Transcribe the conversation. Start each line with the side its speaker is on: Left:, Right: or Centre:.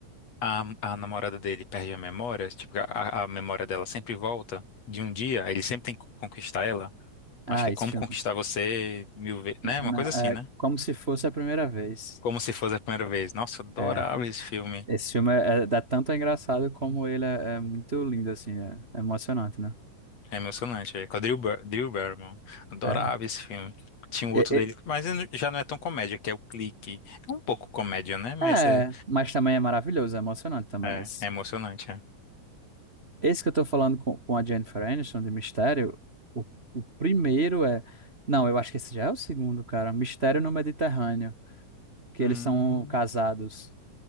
Left: A, a, a namorada dele perde a memória. Tipo, a, a memória dela sempre volta de um dia. Ele sempre tem que conquistar ela.
Right: Ah,
Left: Acho que é
Right: esse
Left: Como
Right: filme.
Left: Conquistar Você Mil Vezes, né? Uma
Right: Não,
Left: coisa
Right: é
Left: assim, né?
Right: como se fosse a primeira vez.
Left: Como se fosse a primeira vez. Nossa, eu adorava
Right: É,
Left: esse filme.
Right: esse filme é, é, dá tanto engraçado como ele é, é muito lindo, assim, é, é emocionante, né?
Left: É emocionante. É com a Drew, Bar Drew Barrymore. Adorava
Right: É,
Left: esse filme. Tinha o
Right: é,
Left: outro dele, mas ele já não é tão comédia, que é o Clique. É um pouco comédia, né? Mas
Right: é,
Left: é,
Right: é, mas também é maravilhoso, é emocionante também.
Left: é,
Right: Esse,
Left: é emocionante, é.
Right: esse que eu tô falando com, com a Jennifer Aniston de Mistério, o, o primeiro é. Não, eu acho que esse já é o segundo, cara. Mistério no Mediterrâneo, que
Left: Hum.
Right: eles são casados.